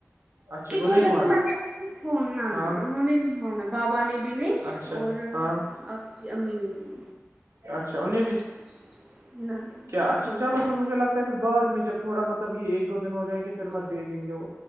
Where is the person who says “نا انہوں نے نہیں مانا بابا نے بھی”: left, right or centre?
Right